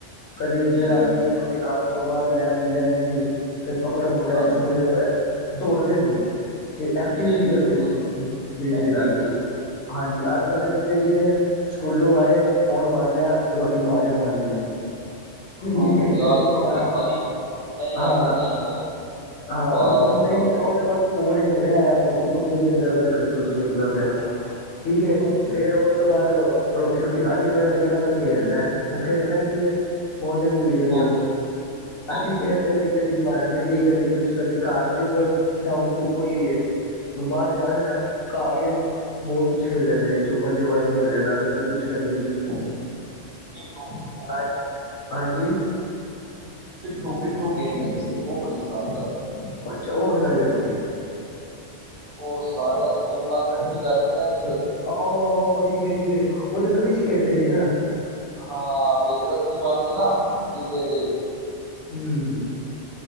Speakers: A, on the left (about 60°); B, on the right (about 50°).
A: ਕਦੇ
B: ਜੀ
A: ਫੇਰ ਰਾਤੀ
B: ਜੀ
A: ਰੋਟੀ ਖਾਣ ਤੋਂ ਬਾਅਦ ਲੈਟ ਚਲੀ ਜਾਂਦੀ ਸੀ, ਫਿਰ ਪਕੜਨ ਪਕੜਾਈ,
B: ਹਾਂਜੀ
A: ਛੁਪਨ, ਦੌੜਦੇ ਸੀ। ਛ ਐਕਟੀਵਿਟੀ
B: ਜੀ ਜੀ
A: ਕਰਦੇ
B: ਬਿਲਕੁਲ
A: ਸੀ। ਸਰੀਰ
B: ਐਕਟੀਵਿਟੀ
A: ਦੇ ਨਾਲ,
B: ਕਰ
A: ਹਾਂਜੀ, ਅੱਜ ਕੱਲ੍ਹ ਦੇ ਬੱਚੇ ਕੀ ਨੇ ਸਕੂਲੋਂ ਆਏ ਫੋਨ ਫੜ ਲਿਆ, ਰੋਟੀ ਮਾਂ ਨੇ ਖੁਆਣੀ ਐ।
B: ਹਾਂ
A: ਨਿੱਕੇ ਨਿੱਕੇ
B: ਜੀ ਆ
A: ਬੱਚੇ,
B: ਗਈ
A: <unintelligible>
B: ਰੋਟੀ ਖਾ ਲਈ ਨਹੀਂ ਆਈ
A: ਹਾਂ।
B: ਤੇ ਨਹੀਂ ਖਾਈ
A: ਹਾਂ,
B: ਬਸ
A: ਉਹਨੂੰ ਪਤਾ
B: ਬਸ
A: ਈ ਨੀ, ਉਹ ਤਾਂ ਬਸ ਫੋਨ ਇਚ ਵੜਿਆ ਹੋਇਆ, ਮੋਟੂ ਪਤਲੂ ਦੇਖਦਾ ਪਿਆ ਤੇ ਕਦੇ ਕੁਛ ਦੇਖਦਾ ਪਿਆ, ਠੀਕ ਏ
B: ਹਾਂਜੀ
A: ਫੇਰ ਓਹ ਤੋਂ ਬਾਅਦ ਜਦੋਂ ਰੋਟੀ ਰੋਟੀ ਖਾ ਲਈ, ਫਿਰ ਉਹਨੇ ਕਹਿਣਾ, ਮੈਂ ਖੇਡਣਾ ਓਹ ਖੇਡਣਾ ਕੀ ਐ ਫੋਨ ਤੇ ਵੀ ਵੀਡੀਓ ਗੇਮ
B: ਪਬਜੀ ਪਬਜੀ
A: ਅਸੀਂ ਖੇਡਦੇ ਸੀ ਕਦੀ ਮਡ ਪਿੱਟੀ ਕਦੀ। ਕੁਛ ਕਦੇ ਕਾਰਜ ਜਾ ਹ ਧੁਪ ਹੋਈਏ। ਹੁਣ ਬਾਹਰ ਤੇ ਜਾ ਕੇ ਨਾ ਘਰ ਹੀ ਅਸੀਂ ਬਹੁਤ ਕੁੱਛ ਖੇਡ ਲੈਂਦੇ ਛੱਪਣ ਛੁਪਾਈ ਖੇਡ ਲੈਣਾ ਕਦੀ ਕੁਛ। ਕਦੀ ਕੁਝ।
B: <unintelligible> ਪਿੱਠੂ
A: ਅ ਹਾਂਜੀ।
B: ਪਿੱਠੂ ਪਿੱਠੂ ਗੇਮ ਅ ਹੈਗੀ ਸੀ ਉਹ ਬੜੀ ਸ਼ਾਨਦਾਰ ਸੀ।
A: ਅੱਛਾ ਉਹ ਕਿਸਾ ਖੇਡਦੇ ਸੀ।
B: ਉਹ ਸਾਰਿਆਂ ਦੀ ਚੱਪਲਾਂ ਇਕੱਠੀ ਕਰਕੇ ਨਾ। ਇੱਕ
A: ਆਹੋ ਆਹੋ ਆਹੋ ਠੀਕ ਹੈ ਠੀਕ ਉਹ ਤਾਂ ਗਲੀ ਚ ਖੇਡਦੇ ਸੀ ਨਾ।
B: ਹਾਂ ਵਿੱਚ ਰੱਸੀ ਬਣ ਗਏ ਨਾ ਕਿਲੇ ਤੇ।
A: ਹਮ।